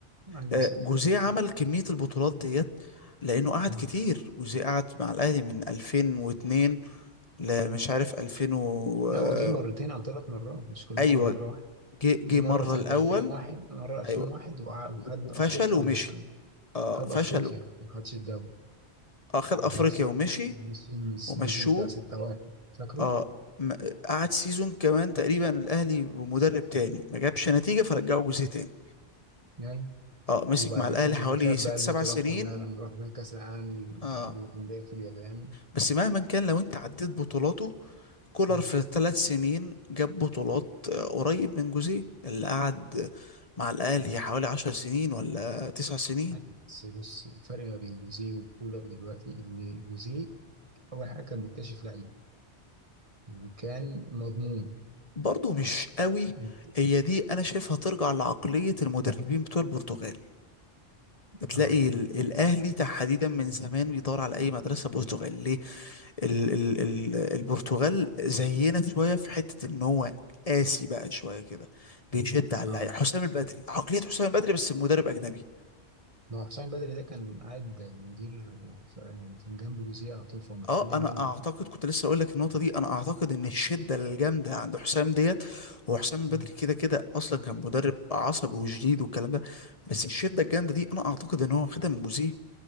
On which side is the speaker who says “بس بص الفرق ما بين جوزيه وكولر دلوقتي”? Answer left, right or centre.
Right